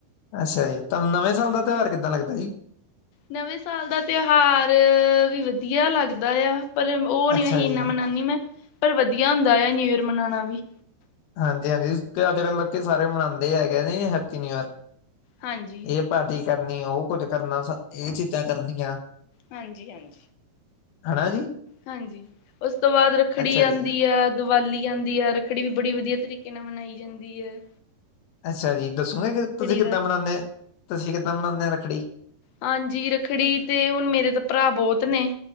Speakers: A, on the left (about 85°); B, on the left (about 70°).
A: ਅੱਛਾ ਜੀ। ਤੁਹਾਨੂੰ ਨਵੇਂ ਸਾਲ ਦਾ ਤਿਓਹਾਰ ਕਿੱਦਾਂ ਲੱਗਦਾ ਜੀ
B: ਨਵੇਂ ਸਾਲ ਦਾ ਤਿਉਹਾਰ ਵੀ ਵਦੀਆ ਲੱਗਦਾ ਆ ਪਰ ਉਹ ਨੀ
A: ਅੱਛਾ
B: ਅਹੀ
A: ਜੀ
B: ਇੰਨਾ ਮਨਾਨੀ ਮੈਂ ਪਰ ਵਦੀਆ ਹੁੰਦਾ ਆ ਨਿਊ ਈਅਰ ਮਨਾਣਾ ਵੀ
A: ਹਾਂਜੀ-ਹਾਂਜੀ ਤੇ ਆ ਜੇੜੇ ਲੋਕੀ ਸਾਰੇ ਮਨਾਉਂਦੇ ਹੈਗੇ ਨੇ ਹੈਪੀ ਨਿਊ ਈਅਰ
B: ਹਾਂਜੀ।
A: ਇਹ ਪਾਰਟੀ ਕਰਨੀ ਉਹ ਕੁੱਝ ਕਰਨਾ ਇਹ ਚੀਜ਼ਾਂ ਕਰਨੀਆਂ
B: ਹਾਂਜੀ -ਹਾਂਜੀ।
A: ਹੈਨਾ ਜੀ
B: ਹਾਂਜੀ, ਉਸ ਤੋਂ ਬਾਅਦ ਰੱਖੜੀ
A: ਅੱਛਾ ਜੀ
B: ਆੰਦੀ ਆ ਦੀਵਾਲੀ ਆੰਦੀ ਆ, ਰੱਖੜੀ ਵੀ ਬੜੀ ਵਦੀਆ ਤਰੀਕੇ ਨਾਲ ਮਨਾਈ ਜਾਂਦੀ ਏ
A: ਅੱਛਾ ਜੀ। ਦੱਸੋਗੇ ਕਿ ਤੁਸੀਂ ਕਿੱਦਾਂ
B: ਦਾ
A: ਮਨਾਨੇ ਤੁਸੀਂ ਕਿੱਦਾਂ ਮਨਾਨੇ ਆ ਰੱਖੜੀ
B: ਹਾਂਜੀ, ਰੱਖੜੀ ਤੇ ਹੁਣ ਮੇਰੇ ਤਾਂ ਪਰਾ ਬਹੁਤ ਨੇ